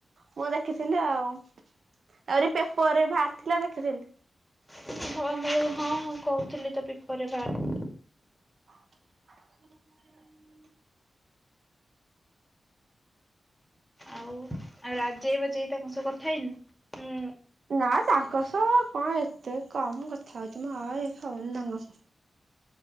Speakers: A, on the right; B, in the centre.
A: ମୁଁ ଦେଖିଥିଲି ଆଉ ଆହୁରି ପେପରରେ ବାହାରିଥିଲା ଦେଖିଥିଲି।
B: <inaudible> ହଁ ହଁ କହୁଥିଲେ ତ ପେପରେ ବାହାର
A: ହ
B: ଆଉ ଆଉ ରାଜେଇ ବାଜେଇ ତାଙ୍କ ସହ କଥା ହେଇନୁଁ ହୁଁ
A: ନା ତାଙ୍କ ସହ କଣ ଏତେ କମ କଥା ହଉଚି ମ ଆଉ ଏ ହଉନି ତାଙ୍କ